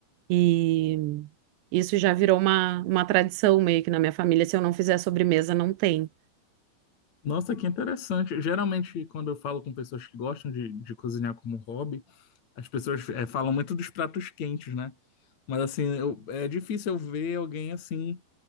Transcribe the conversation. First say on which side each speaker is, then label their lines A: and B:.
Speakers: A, on the right; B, on the left.
A: E isso já virou uma, uma tradição meio que na minha família. Se eu não fizer sobremesa, não tem.
B: Nossa, que interessante. Geralmente, quando eu falo com pessoas que gostam de, de cozinhar como hobby, as pessoas é, falam muito dos pratos quentes, né? Mas assim, eu- é difícil eu ver alguém assim